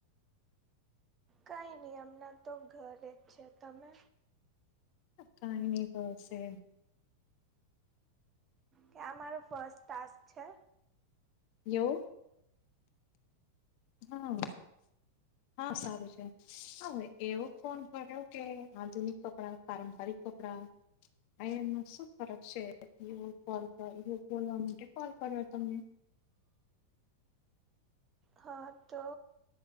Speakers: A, on the right; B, on the left.
A: કઈ નહી અમનાં તો ઘરે જ છે તમે?
B: કંઈ નઈ બસ એમ.
A: કે આ મારો ફર્સ્ટ ટસ્ક છે.
B: એવું. હા. હા સારું છે હા એવો ફોન કર્યો કે આધુનિક કપડા પારંપરિક કપડાં. અ એમાં શું ફરક છે કોલ બોલવા માટે કોલ કર્યો તમને.
A: હા તો.